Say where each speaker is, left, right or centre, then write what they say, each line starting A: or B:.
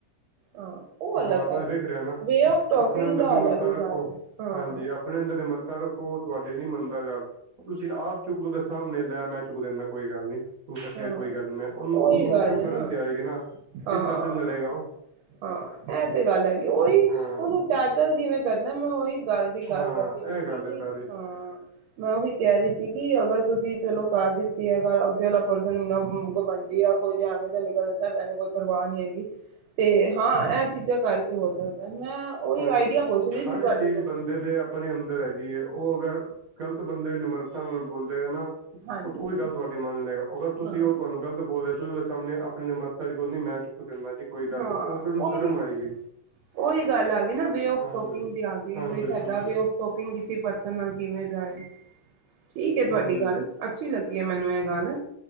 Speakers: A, on the right; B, on the right.
A: ਹਾਂ ਉਹ
B: ਪਰਮਾਤਮਾ
A: ਅਲੱਗ ਗੱਲ
B: ਤੇ ਵੇਖ
A: ਐ,
B: ਰਿਹਾ ਨਾ
A: ਵੇ ਆਫ ਟੋਕਿੰਗ
B: ਆਪਣੇ ਅੰਦਰ
A: ਦਾ
B: ਨਿਮਰਤਾ
A: ਅਲੱਗ ਹਿਸਾਬ
B: ਰੱਖੋ
A: ਐ ਹਾਂ
B: ਹਾਂਜੀ ਆਪਣੇ ਅੰਦਰ ਨਿਮਰਤਾ ਰੱਖੋ, ਉਹ ਤੁਹਾਡੇ ਨੀ ਮੰਨਦਾ ਗੱਲ ਤੁਸੀਂ ਆਪ ਚੁੱਕ ਦੋ ਔਦੇ ਸਾਹਮਣੇ, ਲੈ ਮੈਂ ਚੁੱਕ ਦੇਨਾ ਕੋਈ ਗੱਲ ਨੀ ਤੂੰ ਸੱਚਾ
A: ਹਾਂ।
B: ਐ, ਕੋਈ ਗੱਲ ਨੀ ਮੈਂ ਉਹਨੂੰ
A: ਉਹੀ ਗੱਲ
B: ਉਸ ਟਾਈਮ
A: ਹੈ ਨਾ
B: ਸ਼ਰਮ ਤੇ ਆਏਗੀ ਨਾ,
A: ਹਾਂ।
B: ਇਸ ਗੱਲ ਤੇ ਲੜੇਗਾ ਉਹ
A: ਹਾਂ ਇਹ ਤੇ ਗੱਲ ਹੈਗੀ, ਉਹੀ
B: ਹਾਂ
A: ਉਹਨੂੰ ਟੈਕਲ ਕਿਵੇਂ ਕਰਨਾ ਮੈਂ ਉਹੀ ਗੱਲ ਦੀ ਗੱਲ
B: ਹਾਂ
A: ਕਰਦੀ ਪਈ ਸੀ,
B: ਇਹ ਗੱਲ
A: ਕੀ
B: ਹੈ ਸਾਰੀ
A: ਹਾਂ ਮੈਂ ਉਹੀ ਕਹਿ ਰਹੀ ਸੀ ਕਿ, ਅਗਰ ਤੁਸੀਂ ਚਲੋ ਕਰ ਦਿੱਤੀ ਹੈ ਗੱਲ ਅੱਗੇ ਵਾਲ <unintelligible> ਤੇ ਹਾਂ ਇਹ ਚੀਜ਼ਾਂ ਕਰਕੇ ਹੋ ਸਕਦਾ, ਮੈਂ ਉਹੀ
B: ਹੂ,
A: ਆਈਡੀਆ ਪੁੱਛ ਰਹੀ
B: ਹਰ
A: ਸੀ ਤੁਹਾਡੇ
B: ਚੀਜ਼
A: ਤੋਂ
B: ਬੰਦੇ ਦੇ ਆਪਣੇ ਅੰਦਰ ਹੈਗੀ ਹੈ, ਉਹ ਅਗਰ ਗਲਤ ਬੰਦੇ ਨਿਮਰਤਾ ਨਾਲ ਬੋਲੇਗਾ ਨਾ
A: ਹਾਂਜੀ
B: ਉਹ ਉਹ ਵੀ ਗਲ ਤੁਹਾਡੀ ਮੰਨ ਲੇਗਾ ਅਗਰ ਤੁਸੀਂ
A: ਹਾਂ
B: ਉਹ ਤੁਹਾਨੂੰ ਗਲਤ ਬੋਲਦੇ ਹੋ ਤੁਸੀਂ ਉਹਦੇ ਸਾਹਮਣੇ ਆਪਣੀ ਨ ਮਰਤਾ ਚ ਕੋ, ਨੀ ਮੈਂ ਚੁੱਕ ਦਿੰਦਾ ਜੀ ਕੋਈ ਗੱਲ
A: ਹਾਂ
B: ਨਹੀਂ, ਉਹ ਫਿਰ ਉਹਨੂੰ ਸ਼ਰਮ
A: ਉਹੀ
B: ਆਏਗੀ
A: ਉਹੀ ਗੱਲ ਆ ਗਈ ਨਾ, ਵੇ ਆਫ
B: ਹਾਂਜੀ
A: ਟੋਕਿੰਗ ਦੇ ਆ ਗਏ
B: ਹਾਂਜੀ
A: ਬਈ ਸਾਡਾ
B: ਹਾਂਜੀ
A: ਵੇਫ ਟੋਕ ਕਿਵੇਂ ਕਿਸੀ ਪਰਸਨ ਨਾਲ ਕਿਵੇਂ ਜਾਏ, ਠੀਕ ਹੈ ਤੁਹਾਡੀ
B: ਹਾਂਜੀ
A: ਗੱਲ। ਅੱਛੀ ਲੱਗੀ ਹੈ ਮੈਨੂੰ ਇਹ ਗੱਲ,